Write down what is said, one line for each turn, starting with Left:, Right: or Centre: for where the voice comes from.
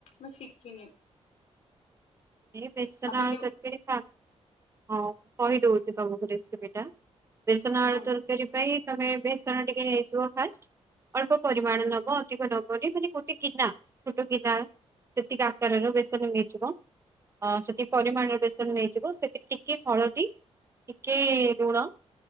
Left: ମୁଁ ଶିଖିନି।
Right: ଏ ବେସନ
Left: ଆପଣ
Right: ଆଳୁ
Left: ଟିକେ
Right: ତରକାରୀ ଖା ହଁ କହିଦଉଛି ତମକୁ ରେସିପିଟା। ବେସନ ଆଳୁ
Left: କୁହନ୍ତୁ।
Right: ତରକାରୀ ପାଇଁ ତମେ ବେସନ ଟିକେ ନେଇଯିବ ଫାଷ୍ଟ ଅଳ୍ପ ପରିମାଣ ନବ ଅଧିକ ଦବନି ମାନେ ଗୋଟେ ଗିନା ଛୋଟ ଗିନା ସେତିକି ଆକାରରୁ ବେସନ ନେଇଯିବ ଅ ସେଠିକି ପରିମାଣରେ ବେସନ ନେଇଯିବ ସେଥିରେ ଟିକେ ହଳଦୀ ଟିକେ ଲୁଣ